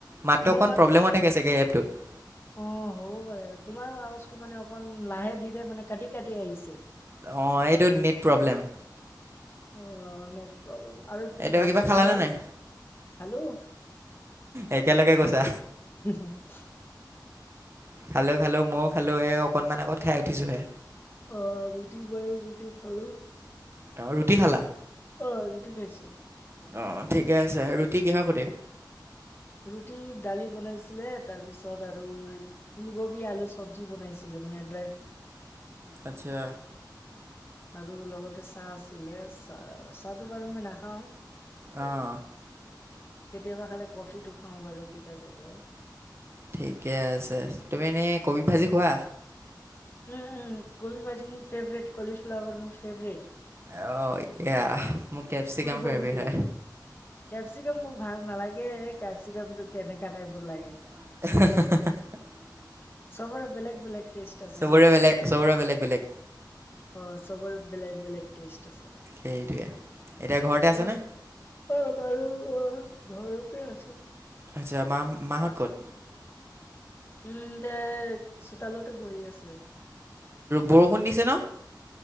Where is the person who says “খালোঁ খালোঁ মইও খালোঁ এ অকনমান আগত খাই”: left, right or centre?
Right